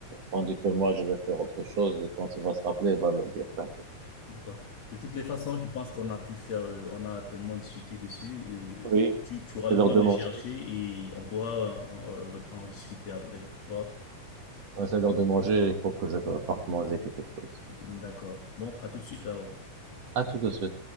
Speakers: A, on the right; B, on the left.
A: tandis que moi, je vais faire autre chose. Et quand il va se rappeler, il va me dire, t'inquiète.
B: d'accord. De toutes les façons, je pense qu'on a pu faire, euh, on a tellement discuté dessus.
A: Oui,
B: euh, tu, tu auras
A: c'est
B: le
A: l'heure
B: temps
A: de
B: de
A: manger.
B: chercher et on pourra en, en rediscuter après, tu vois.
A: Ouais, C'est l'heure de manger, il faut que je parte manger quelque chose.
B: D'accord. Bon, à tout de suite alors.
A: À tout de suite.